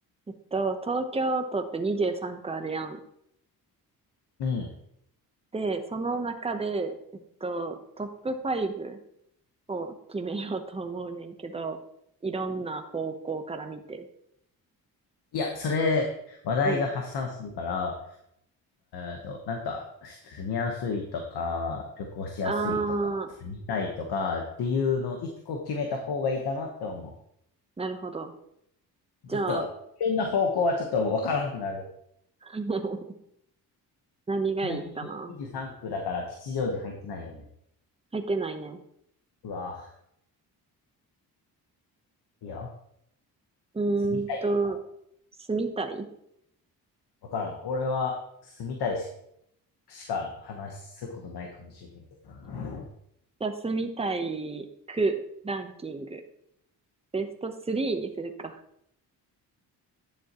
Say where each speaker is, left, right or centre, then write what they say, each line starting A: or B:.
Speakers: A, on the right (about 15°); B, on the left (about 80°).
A: えっと、東京都って23区あるやん。
B: うん。
A: で、その中で、えっと、トップ5を決めようと思うねんけど、いろんな方向から見て。
B: いや、それ、話題が発散するから、
A: うん。
B: えっと、なんか、住みやすいとか、旅行しやすいとか、
A: あー、
B: 住みたいとかっていうのを一個決めた方がいいかなって思
A: なるほど。
B: う。ちょっと、
A: じゃあ、
B: いろんな方向はちょっとわからんくなる。
A: <laughs> 何がいいかな。
B: ちなみに23区だから吉祥寺入ってないよね。
A: 入ってないね。
B: うわ、いいよ。
A: うーんと、
B: 住みたいとか、
A: 住みたい
B: わからん。俺は住みたいし、しか話すことないかもしれへんけどな。
A: じゃあ、住みたい区ランキング。ベスト3にするか。